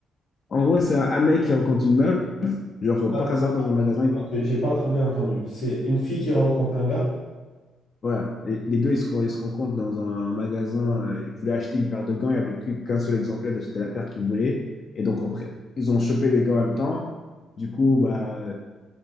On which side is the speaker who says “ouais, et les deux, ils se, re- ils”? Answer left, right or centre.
Left